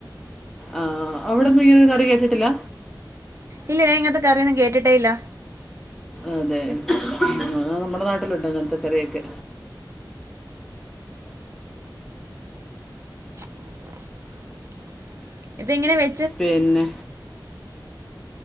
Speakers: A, in the centre; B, on the right.
A: ആ് അവിടൊന്നും ഇങ്ങനെരു കറി കേട്ടിട്ടില്ല
B: ഇല്ല ഇങ്ങനത്തെ കറിയൊന്നും കേട്ടിട്ടെ ഇല്ല
A: അതെ അത്‌ നമ്മുടെ നാട്ടിലുണ്ട് അങ്ങനത്തക്കറിയൊക്കെ
B: <inaudible> ഇതെങ്ങനെ വെ
A: പിന്നെ